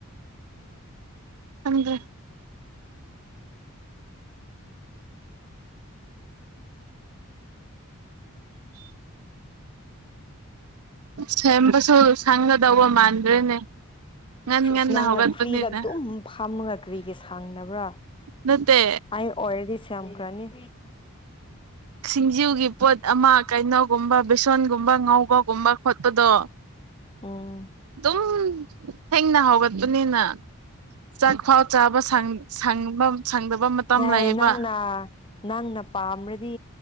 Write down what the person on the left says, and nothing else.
<inaudible>
ꯁꯦꯁ
ꯅꯪ
ꯐ꯭ꯔꯤꯗ ꯑꯗꯨꯝ ꯐꯥꯝꯃꯒ ꯀꯔꯤꯒꯤ ꯁꯪꯗꯕ꯭ꯔꯥ
ꯑꯩ ꯑꯣꯏꯔꯗꯤ ꯁꯦꯝ ꯈꯔꯅꯤ
ꯎꯝ‌꯫
ꯑꯩ
ꯅꯪꯅ ꯅꯪꯅ ꯄꯥꯝꯔꯗꯤ